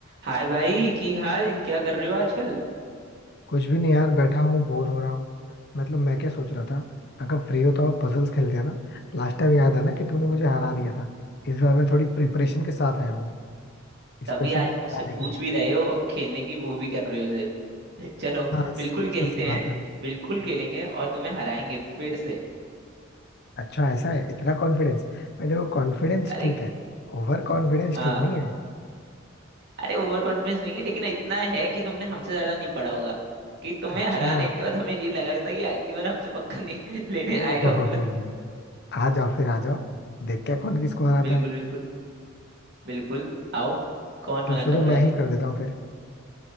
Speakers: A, on the right; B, on the left.
A: हाय भाई की हाल क्या कर रहे हो आजकल
B: कुछ भी नहीं यार बैठा हूँ बोर हो रहा हूँ मतलब मैं क्या सोच रहा था अगर फ्री हो तो आप पजल्स खेलते हैं ना लास्ट टाइम याद है ना कि तुमने मुझे हरा दिया था इस बार मैं थोड़ी प्रिपरेशन के साथ आया हूँ
A: तभी
B: स्पेशली
A: आज
B: तुम्हें
A: मुझसे
B: हराने
A: पूछ
B: के लिए
A: भी रहे हो और खेलने की वो भी कर रहे हो जिद <laughs> चलो
B: हाँ
A: बिल्कुल
B: कुछ
A: खेलते
B: कुछ सी बात
A: हैं
B: है
A: बिल्कुल खेलेंगे और तुम्हें हराएंगे फिर से
B: अच्छा ऐसा है इतना कॉन्फिडेंस भाई देखो कॉन्फिडेंस
A: अरे
B: ठीक है ओवर कॉन्फिडेंस
A: आ,
B: ठीक नहीं है
A: अरे ओवर कॉन्फिडेंस नहीं है लेकिन इतना है कि तुमने हमसे ज्यादा नहीं पढ़ा होगा कि तुम्हें
B: अच्छा
A: हराने के बाद हमें ये लगा था कि अगली बार हमसे पक्का नहीं <laughs> लेने
B: ओहो
A: आएगा बदला
B: हो हो, हो। आ जाओ फिर आ जाओ देखते हैं कौन किसको हराता
A: बिल्कुल
B: है
A: बिल्कुल बिल्कुल आओ कौन मना
B: तो शुरू
A: कर रहा
B: मैं
A: है
B: ही कर देता हूँ फिर